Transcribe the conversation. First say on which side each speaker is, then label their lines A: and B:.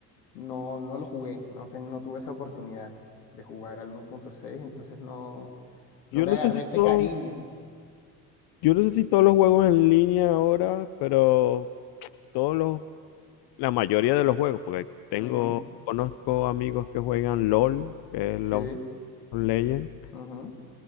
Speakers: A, on the left (about 75°); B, on the left (about 55°).
A: no, no lo jugué, no, ten- no tuve esa oportunidad de jugar al 1.6, entonces no, no
B: Yo
A: le
B: no
A: agarré
B: sé si
A: ese
B: todos,
A: cariño.
B: yo no sé si todos los juegos en línea ahora, pero todos los, la mayoría de los juegos, porque tengo,
A: Ujú,
B: conozco amigos que juegan LOL, que es Love
A: Sí,
B: Legend,
A: ujú.